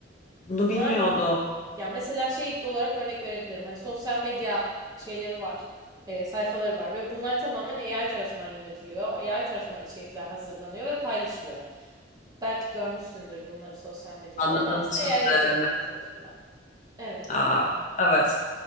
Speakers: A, on the left (about 40°); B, on the right (about 20°).
A: Bunu
B: Bunlar
A: bilmiyordum.
B: ya mesela şey olarak örnek verebilirim. Hani sosyal medya şeyleri var, e, sayfaları var ve bunlar tamamen AI tarafından yönetiliyor. AI tarafından içerikler hazırlanıyor ve paylaşılıyor. Belki görmüşsündür bunları sosyal medyada.
A: Anladım
B: Onlar mesela
A: şimdi.
B: AI agentlar tarafından. Evet.
A: Aa, evet.